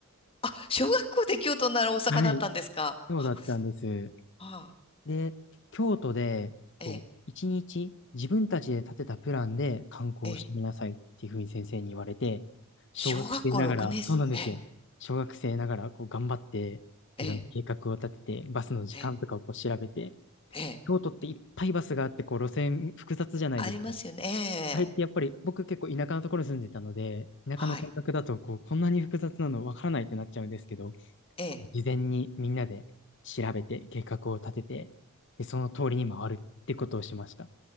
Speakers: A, on the left; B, on the left.
A: あ、小学校で京都、奈良、大阪だったんですか。
B: はい。そうだったんです。
A: はあ、
B: で、京都で、こう、
A: ええ、
B: 一日自分たちで立てたプランで観光してみなさいっていうふうに先生に言われて、
A: ええ。
B: 小学生ながら、
A: 小学校6年生、
B: そうなんですよ。
A: ええ、
B: 小学生ながら、こう、頑張って、
A: ええ、
B: いろんな計画を立てて、バスの時間とかをこう調べて、
A: ええ、
B: 京都っていっぱいバスがあって、
A: ええ
B: こう、路線複雑じゃないですか。
A: ありますよね。ええ、
B: あれってやっぱり僕結構田舎のところに住んでたので、田舎の感覚だとこう、
A: はい、
B: こんなに複雑なのわからないってなっちゃうんですけど、
A: ええ。
B: こう事前にみんなで調べて計画を立てて、で、その通りに回るってことをしました。